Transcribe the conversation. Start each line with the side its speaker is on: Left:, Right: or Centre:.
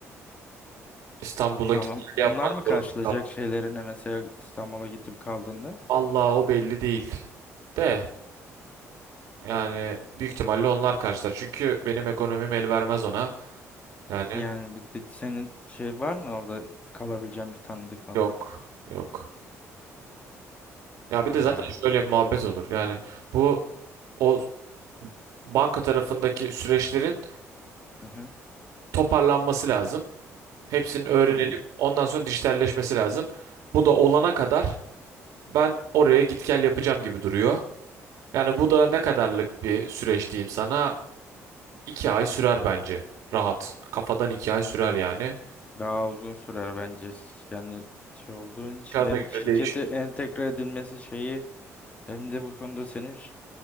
Right: İstanbul'a
Left: Tamam.
Right: git gel
Left: Onlar
Right: yapmak
Left: mı karşılayacak
Right: zorunda kal.
Left: şeylerini mesela İstanbul'a gidip kaldığında?
Right: Allah o belli değil. De yani büyük ihtimalle onlar karşılar. Çünkü benim ekonomim el vermez ona. Yani
Left: Yani bir de senin şey var mı orada kalabileceğin bir tanıdık mandık?
Right: yok yok. Ya bir
Left: Ha.
Right: de zaten şöyle bir muhabbet olur. Yani bu o banka tarafındaki süreçlerin
Left: Hı hı.
Right: toparlanması lazım. Hepsinin öğrenilip
Left: Tamam.
Right: ondan sonra dijitalleşmesi lazım. Bu da olana kadar ben oraya git gel yapacağım gibi duruyor. Yani bu da ne kadarlık bir süreç diyeyim sana? İki ay sürer bence. Rahat. Kafadan iki ay sürer yani.
Left: Daha uzun sürer bence. Yani şey olduğun için
Right: Kağıta
Left: hem şirkete
Right: göre değişir.
Left: entegre edilmesi şeyi hem de bu konuda senin ş-